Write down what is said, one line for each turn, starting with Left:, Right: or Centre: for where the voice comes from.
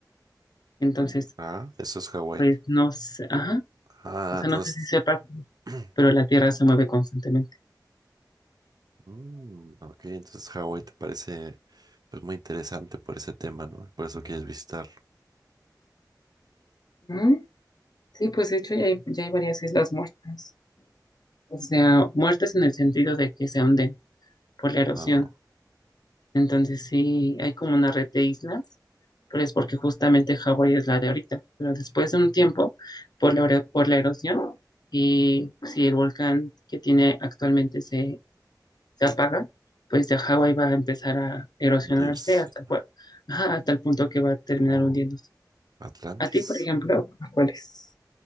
Left: Entonces,
Right: Ah, eso es Hawái.
Left: Pues no sé, ajá,
Right: Ah,
Left: o sea,
Right: entonces...
Left: no sé si sepa,
Right: <clears throat>
Left: pero la Tierra se mueve constantemente.
Right: Mm, ok, entonces Hawái te parece pues muy interesante por ese tema, ¿no? Por eso quieres visitar.
Left: Mm, Sí, pues de hecho ya hay, ya hay varias islas muertas, o sea, muertas en el sentido de que se hunden por la erosión.
Right: Oh,
Left: Entonces sí, hay como una red de islas, pero es porque justamente Hawái es la de ahorita, pero después de un tiempo, por la, ero- por la erosión, y si el volcán que tiene actualmente se se apaga, pues de Hawái va a empezar a erosionarse
Right: Dirce.
Left: hasta, el ajá, hasta el punto que va a terminar
Right: Oh,
Left: hundiéndose.
Right: Atlantis.
Left: A ti, por ejemplo, ¿cuál es?